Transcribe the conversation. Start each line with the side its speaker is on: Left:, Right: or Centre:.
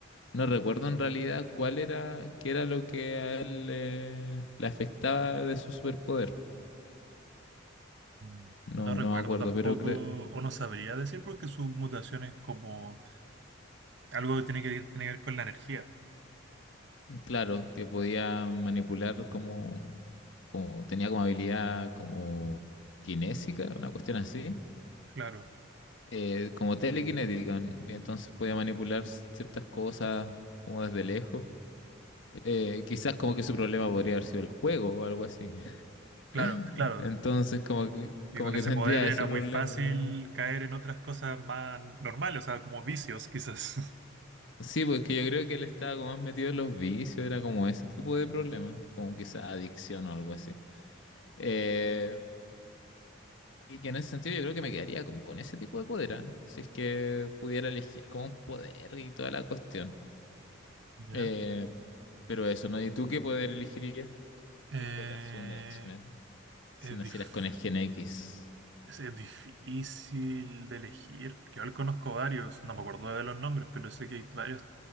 Left: No recuerdo en realidad cuál era, qué era lo que a él eh, le afectaba de su superpoder.
Right: mm,
Left: No,
Right: No recuerdo
Left: no me acuerdo,
Right: tampoco,
Left: pero creo,
Right: o no sabría decir, porque su mutación es como algo que tiene que, tiene que ver con la energía.
Left: claro, que podía manipular como, como, tenía como habilidad como kinésica, una cuestión así,
Right: Claro,
Left: eh, como telequinética, ¿no? y entonces podía manipular ciertas cosas como desde lejos. eh, quizás como que su problema podría haber sido el juego o algo así. <laughs>
Right: claro, claro.
Left: Entonces como que,
Right: Y
Left: como
Right: con
Left: que
Right: ese
Left: tendría
Right: poder era
Left: ese problema.
Right: muy fácil caer en otras cosas más normales, o sea, como vicios quizás.
Left: Sí, pues que yo creo que él estaba como más metido en los vicios, era como ese tipo de problema, como quizás adicción o algo así. Eh, y que en ese sentido yo creo que me quedaría como con ese tipo de poder, ¿ah? Si es que pudiera elegir como un poder y toda la cuestión.
Right: <laughs> Ya.
Left: Eh, pero eso, ¿no? ¿Y tú qué poder elegirías
Right: Eh,
Left: si fueras un X-Men? Si
Right: es,
Left: nacieras
Right: dif-
Left: con el gen X.
Right: es- es difícil de elegir. Yo al conozco varios, no me acuerdo de los nombres, pero sé que hay varios